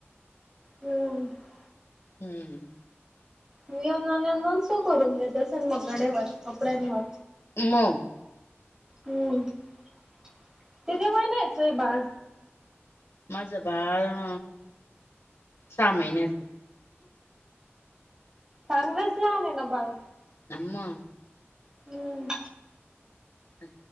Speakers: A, on the right (about 15°); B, on the left (about 80°).
A: हम्म
B: हम्म
A: येऊन जाऊन येऊन जाऊन सू करून देतो असल मग कडेवर, कपड्यांवर
B: म
A: हम्म किती महिन्याचं हे बाळ?
B: माझं बाळ अ सहा महिन्याच
A: चांगलंच लहान हे ना बाळ
B: अं मग
A: हम्म
B: हं